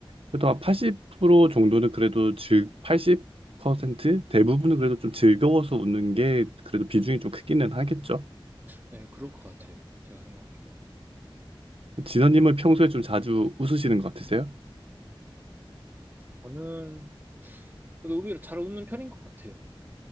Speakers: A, on the right; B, on the right.
A: 그래도 한 80% 정도는 그래도 즐 80% 대부분은 그래도 좀 즐거워서 웃는 게 그래도 비중이 좀 크기는 하겠죠.
B: 네, 그럴 것 같아요. 제가 생각해도.
A: 진원님은 평소에 좀 자주 웃으시는 것 같으세요?
B: 저는 그래도 의외로 잘 웃는 편인 것 같아요.